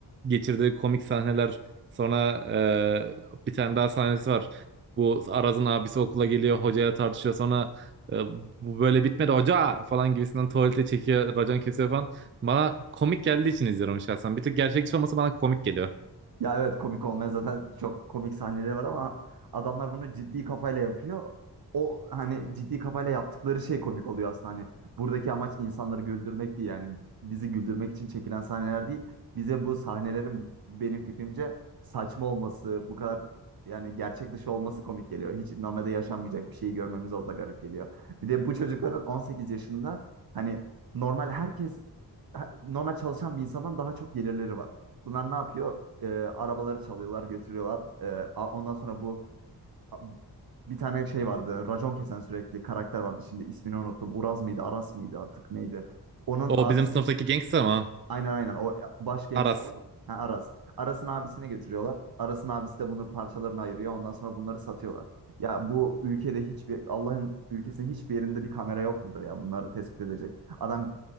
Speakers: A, on the right; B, on the right.
A: geçirdiği komik sahneler. Sonra e, bir tane daha sahnesi var. Bu Araz'ın abisi okula geliyor. Hocayla tartışıyor. Sonra e, bu böyle bitmedi hoca falan gibisinden tuvalete çekiyor. Racan kesiyor falan. Bana komik geldiği için izliyorum şahsen. Bir tık gerçekçi olması bana komik geliyor.
B: Ya evet komik olmaya zaten çok komik sahneleri var ama adamlar bunu ciddi kafayla yapıyor. O hani ciddi kafayla yaptıkları şey komik oluyor aslında hani buradaki amaç insanları güldürmek değil yani bizi güldürmek için çekilen sahneler değil. Bize bu sahnelerin benim fikrimce saçma olması, bu kadar yani gerçek dışı olması komik geliyor. Hiç normalde yaşanmayacak bir şeyi görmemiz orada garip geliyor. Bir de bu çocukların 18 yaşında hani normal herkes normal çalışan bir insandan daha çok gelirleri var. Bunlar ne yapıyor? E, arabaları çalıyorlar, götürüyorlar. E, a- ondan sonra bu a- bir tane şey vardı. Racon kesen sürekli karakter vardı. Şimdi ismini unuttum. Uraz mıydı, Aras mıydı artık neydi? Onun
A: O
B: abisi
A: bizim sınıftaki gangster ama
B: aynen aynen o e, baş gangsta
A: Aras.
B: var ya. Ha, Aras. Aras'ın abisine götürüyorlar. Aras'ın abisi de bunu parçalarına ayırıyor. Ondan sonra bunları satıyorlar. Ya bu ülkede hiçbir Allah'ın ülkesinin hiçbir yerinde bir kamera yok mudur ya bunları tespit edecek. Adam